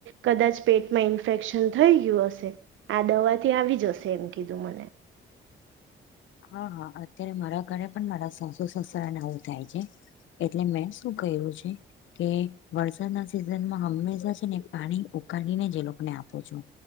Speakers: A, on the right; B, on the left.
A: કદાચ પેટમાં ઇન્ફેક્શન થઈ ગયું હશે? આ દવા થી આવી જશે એમ કીધું મને!
B: હા હા અત્યારે મારા ઘરે પણ મારા સાસુ સસરાનેવું થાય છે. એટલે મેં શું ક્યું છે. કે વરસાદના સિઝન માં હંમેશા છે ને પાણી ઉકાળીને જે લોકોને આપો છું.